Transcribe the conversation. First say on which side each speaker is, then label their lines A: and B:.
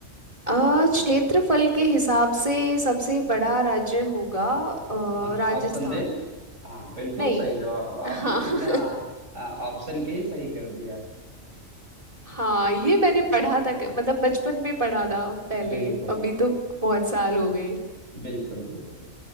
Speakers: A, on the right; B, on the right.
A: आ क्षेत्रफल के हिसाब से सबसे बड़ा राज्य होगा अ,
B: हाँ
A: राजस्थान
B: ऑप्शन दें हाँ बिल्कुल
A: नहीं
B: सही जवाब आपने
A: हाँ
B: तो बिना
A: <laughs>
B: अ, ऑप्शन के ही सही कर दिया
A: हाँ ये मैंने पढ़ा था क- मतलब बचपन में पढ़ा था पहले
B: बिल्कुल
A: अभी तो बहुत साल हो गए
B: बिल्कुल बिल्कुल